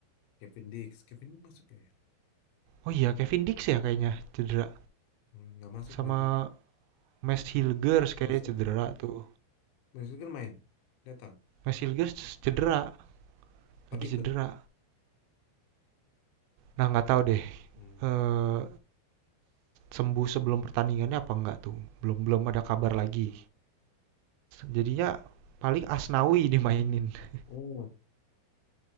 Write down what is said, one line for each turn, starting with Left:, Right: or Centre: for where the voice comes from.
Left: Kevin Dix, Kevin Dix masuk nggak ya?
Right: oh iya Kevin Dix ya kayaknya cedera
Left: Hmm, nggak masuk
Right: sama
Left: berarti dia.
Right: Max Hilgers
Left: Hmm,
Right: kayaknya
Left: Masuk,
Right: cedera tuh.
Left: masuk kan main, datang,
Right: Max Hilgers cedera,
Left: tapi
Right: lagi cedera.
Left: ikut.
Right: Nah, nggak tahu deh
Left: Hmm,
Right: eh sembuh sebelum pertandingannya apa enggak tuh. Belum belum
Left: hmm.
Right: ada kabar lagi. Jadinya paling Asnawi dimainin. <laughs>
Left: Oh,